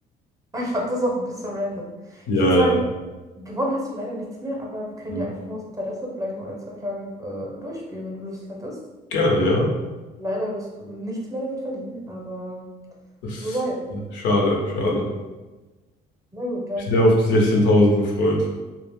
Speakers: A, on the right; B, on the left.
A: Aber Ich fand das auch ein bisschen random.
B: Ja,
A: Ich würde sagen,
B: ja.
A: gewonnen hast du leider nichts mehr, aber wir können
B: Hm.
A: ja einfach mal aus Interesse vielleicht noch ein, zwei Fragen äh, durchspielen, wenn du Lust hättest.
B: Gerne, ja.
A: Leider wirst du nichts mehr damit verdienen, aber
B: Das
A: so sei es.
B: ist schade, schade.
A: Na gut, dann.
B: Ich bin sehr auf die 16.000 gefreut.